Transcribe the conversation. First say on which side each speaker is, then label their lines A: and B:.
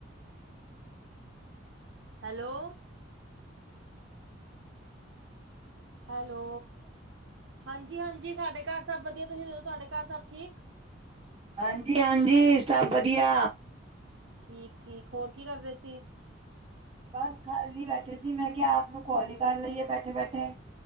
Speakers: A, on the right; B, on the right.
A: ਹੈਲੋ ਹੈਲੋ, ਹਾਂਜੀ-ਹਾਂਜੀ ਸਾਡੇ ਘਰ ਸਭ ਵਧੀਆ, ਤੁਸੀਂ ਦਸੋ ਤੁਹਾਡੇ ਘਰ ਸਭ ਠੀਕ।
B: ਹਾਂਜੀ-ਹਾਂਜੀ, ਸਭ ਵਧੀਆ
A: ਠੀਕ-ਠੀਕ, ਹੋਰ ਕੀ ਕਰ ਰਹੇ ਸੀ।
B: ਬਸ ਖਾਲੀ ਬੈਠੇ ਸੀ। ਮੈਂ ਕਿਹਾ ਆਪ ਨੂੰ ਕਾਲ ਹੀ ਕਰ ਲਈਏ ਬੈਠੇ- ਬੈਠੇ।